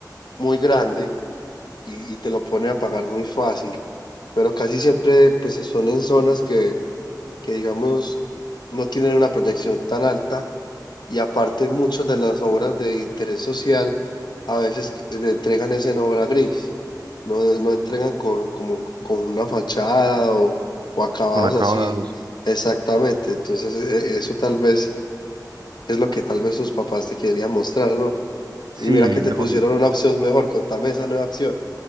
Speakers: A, on the left; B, on the right.
A: muy grande y, y te lo pone a pagar muy fácil. Pero casi siempre pues son en zonas que, que digamos no tienen una proyección tan alta y aparte muchas de las obras de interés social a veces que- le entregan es en obra gris. No, no entregan con, como, con una fachada o, o acabados
B: con acabados.
A: así exactamente. Entonces e- eso tal vez es lo que tal vez sus papás te querían mostrar, ¿no?
B: Sí,
A: Y mira que te
B: no,
A: pusieron
B: y
A: una opción mejor, contame esa nueva opción.